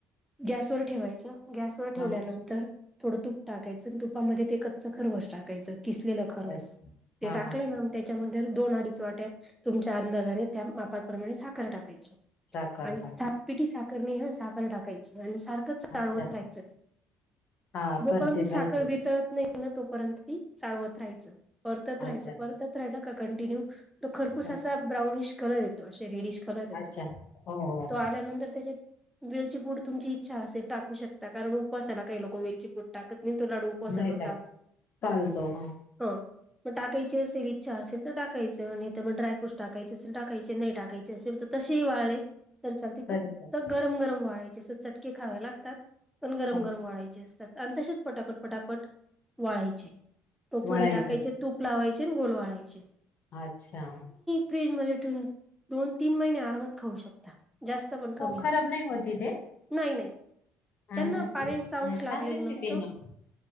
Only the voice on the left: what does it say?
हां,
अच्छा.
हां,
हां.
साखर
टाकून.
अच्छा.
हां,
परतीत
राहायचंच.
अच्छा.
हं,
अच्छा.
हो, हो.
नाही टाक
चालतो. हां,
तरी
चालेल.
हं,
वळायचे.
अच्छा.
हो,
खराब होती ते?
हां
का?
हा,
छान रेसिपी
आहे ना मग.